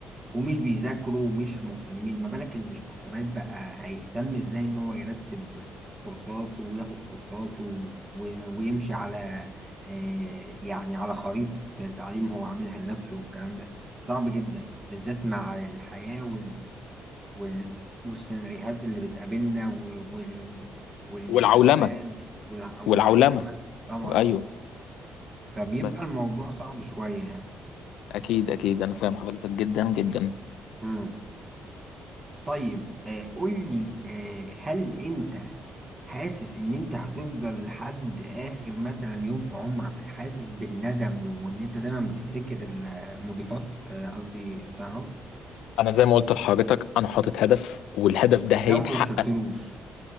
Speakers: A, on the right; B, on the left.
A: ومش بيذاكروا ومش مهتمين ما بالك اللي مش في حسابات بقى هيهتم ازاي ان هو يرتب كورساته وياخد كورساته و- ويمشي على آه، يعني على خريطة تعليم هو عاملها لنفسه والكلام ده صعب جدا بالذات مع الحياة وال... وال... والسيناريوهات اللي بتقابلنا و- وال... والأشغال
B: والعولمه
A: والع... والعولمة
B: والعولمة
A: طبعا
B: ايوه
A: فبيبقى
B: بس
A: الموضوع صعب شوية يعني
B: اكيد اكيد انا فاهم حضرتك جدا جدا
A: مم. طيب آه قول لي آه هل انت حاسس ان انت هتفضل لحد اخر مثلا يوم في عمرك حاسس بالندم وان انت دايما بتفتكر المضيفات آه، قصدي الطيران
B: انا زي ما قلت لحضرتك انا حاطط هدف والهدف ده هيتحقق
A: لو ما وصلتلوش